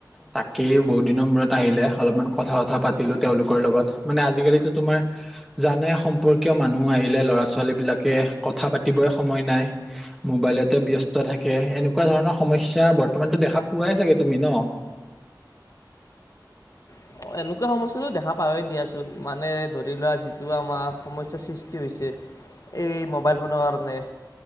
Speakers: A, in the centre; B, on the left.
A: তাকেই বহুত দিনৰ মূৰত আহিলে অলপমান কথা বথা পাতিলো তেওঁলোকৰ লগত, মানে আজিকালিটো তোমাৰ জানে সম্পৰ্কীয় মানুহ আহিলে ল'ৰা-ছোৱালীবিলাকে কথা পাতিবই সময় নাই। মোবাইলতে ব্যস্ত থাকে এনেকুৱা ধৰণৰ সমস্যা বৰ্তমানটো দেখা পোৱাই চাগে তুমি ন'। <inaudible>
B: অ', এনেকুৱা সমস্যাটো দেখা পাওঁৱে দিয়াচোন মানে ধৰি লোৱা যিটো আমাৰ সমস্যাৰ সৃষ্টি হৈছে। এই মোবাইল ফ'নৰ কাৰণে